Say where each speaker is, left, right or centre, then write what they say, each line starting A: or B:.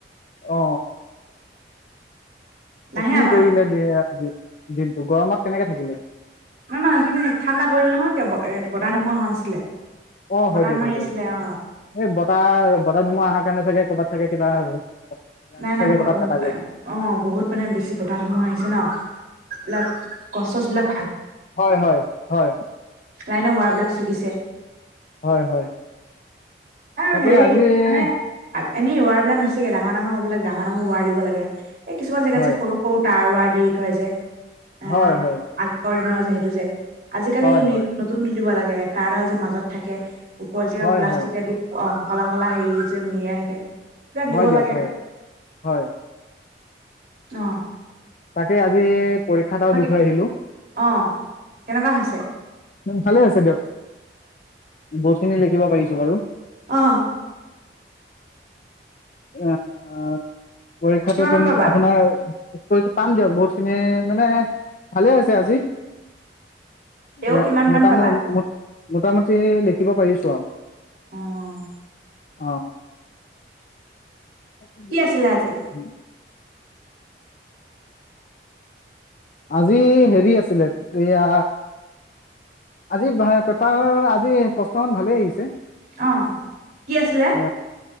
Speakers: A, on the left; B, on the right.
A: অ
B: নাহে
A: কি
B: আমাৰ
A: কৰিলে দিয় দিনটো গৰমত কেনেকে থাকিলে
B: নহ নহ সেইখিনি ঠাণ্ডা পৰিল নহয় কে ৰাতি বতাহ ধুোমোহা হোৱা নাছিলে
A: অ হয়
B: বতাহ
A: দিয়ক
B: মাৰি
A: হয় দিয়ক
B: আছিলে
A: হয় দিয়ক
B: অ
A: এই বতাহ বতাহ ধুমুহা অহাৰ কাৰণে চাগে কৰবাত। থাকে কিবা লাইনটো
B: নাই নাই
A: চাগে ক'ৰবাত কটা গ'ল
B: অ বহুত মানে বেছি বতাহ ধুমুহা আহিছে ন এইবিলাক গছ চছবিলাক
A: হয় হয় হয়
B: লাইনৰ ৱাৰবিলাক ছিগিছে
A: হয় হয়
B: অ
A: তাকে
B: হেৰি
A: আজি
B: মানে এনে ৱাৰবিলাক নিচিঙে ডাঙৰ ডাঙৰ এইবিলাক ডাঙৰ ডঙৰ ৱাৰ দিব লাগে। এ কিছুমান জেগাত
A: হয়,
B: যে সৰু সৰু তাৰ ৱাৰ দি থয় যে অ
A: হয়,
B: আ
A: হয়,
B: আপোনাৰ যে সেইেতটো যে আজিকালি
A: হয়, হয়,
B: নতুন দিব লাগে তাৰডাল যে মাজত থাকে উপ যোৱা
A: হয়,
B: প্লাষ্টিকে
A: হয়,
B: আদি অ কলা কলা হেৰি যে মেৰিয়াই থাকে সেইবিলাক
A: হয়
B: দিব
A: দিয়ক
B: লাগে
A: হয় হয়
B: অ
A: তাকে আমি পৰীক্ষা এটাও
B: বাকী
A: দি থৈ আহিলোঁ
B: অ কেনেকুৱা হৈছে
A: ভালে হৈছে দিয়ক বহুত খিনি লিখিব পাৰিছোঁ বাৰু
B: অ
A: আহ পৰীক্ষাটো
B: কিমান
A: তম
B: মান পাবা
A: আপোনাৰ পাম দিয়ক বহুত খিনি মানে ভালে হৈছে আজি
B: তেও
A: এ
B: কিমান
A: মোটাম
B: মান পাবা
A: মোটামুটি লিখিব পাৰিছো আৰু
B: আহঁ
A: অ চে
B: কি আছিলে আজি
A: <unintelligible> আজি হেৰি আছিলে এয়া আজি পেপাৰ আজি প্ৰশ্ন ম ভালে আহিছে
B: অ কি আছিলে?
A: এ